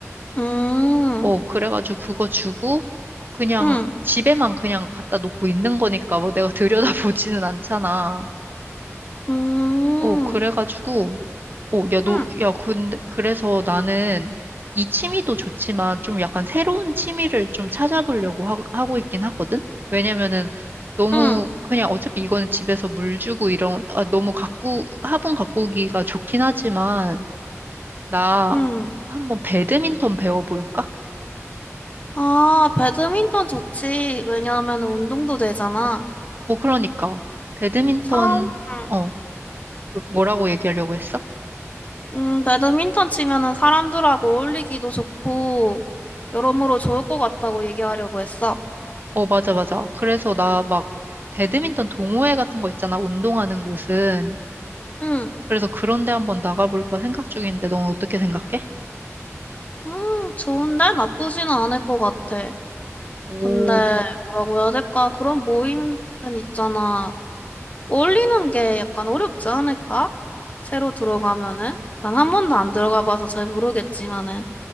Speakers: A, on the left (about 30°); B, on the right (about 40°).
A: 음,
B: 어, 그래가지고 그거 주고 그냥
A: 음,
B: 집에만 그냥 갖다 놓고 있는 거니까 뭐 내가 들여다보지는 않잖아.
A: 음,
B: 어, 그래가지고 어, 야, 너,
A: 음,
B: 야, 근데 그래서 나는 이 취미도 좋지만 좀 약간 새로운 취미를 좀 찾아보려고 하, 하고 있긴 하거든? 왜냐면은 너무
A: 음,
B: 그냥 어차피 이거는 집에서 물 주고 이런 아, 너무 가꾸 화분 가꾸기가 좋긴 하지만 나
A: 음.
B: 한번 배드민턴 배워볼까?
A: 아, 배드민턴 좋지. 왜냐하면 운동도 되잖아.
B: 어, 그러니까. 배드민턴,
A: 사람 음.
B: 어, 뭐- 뭐라고 얘기하려고 했어?
A: 음, 배드민턴 치면은 사람들하고 어울리기도 좋고, 여러모로 좋을 것 같다고 얘기하려고 했어.
B: 어, 맞아, 맞아. 그래서 나 막, 배드민턴 동호회 같은 거 있잖아, 운동하는 곳은.
A: 응,
B: 그래서 그런 데 한번 나가볼까 생각 중인데, 넌 어떻게 생각해?
A: 음, 좋은데? 나쁘지는 않을 것 같아.
B: 오.
A: 근데, 음. 뭐라고 해야 될까? 그런 모임은 있잖아. 어울리는 게 약간 어렵지 않을까? 새로 들어가면은? 난 한 번도 안 들어가 봐서 잘 모르겠지만은.